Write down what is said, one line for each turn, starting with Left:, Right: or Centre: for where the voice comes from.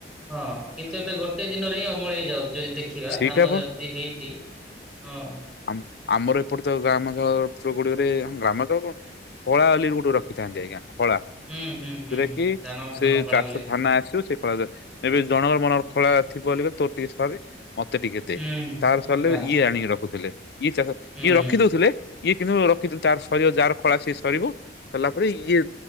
Centre: ହଁ, କିନ୍ତୁ ଏବେ ଗୋ ଗୋଟେ ଦିନରେ ହିଁ ଅମଳ ହେଇଯାଉଛି, ଯଦି ଦେଖିବା,
Left: ସେଇଟା
Centre: ଧାନ
Left: ବା
Centre: ଯଦି ହେଇଛି ହଁ।
Left: ଆମ ଆମର ଏପଟେ ତ ଗ୍ରାମାଞ୍ଚଳ ଗୁଡିକରେ ଗ୍ରାମାଳ କ ଖଳା ବୋଲି ଗୋଟେ ରଖିଥାନ୍ତି ଆଜ୍ଞା, ଖଳା,
Centre: ହୁଁ ହୁଁ ହୁଁ
Left: ଯଉଟା
Centre: ହୁଁ
Left: କି
Centre: ଧାନ
Left: ସେ
Centre: ଧାନ ଫଳା
Left: ଚାଷ
Centre: ବୋଲି ହଁ
Left: ଧାନ ଆସିବ ସେ କରାଯାଏ, ଏବେ ଜଣଙ୍କର ମନେକର ଖଳା ଥିବ ବୋଲି ତୋ ଟିକେ ସରି ମତେ ଟିକେ ଦେ,
Centre: ହୁଁ
Left: ତାର ସରିଲେ
Centre: ବାସ୍
Left: ଇଏ ଆଣିକି ରଖୁଥିଲେ, ଇଏ ଚାଷ,
Centre: ହୁଁ
Left: ଇଏ ରଖି ଦଉଥିଲେ ଇଏ କିନ୍ତୁ ରଖିଦ, ତାର ସରିବ ଯାହାର ଖଳା ସିଏ ସରିବ, ସରିଲା ପରେ ଇଏ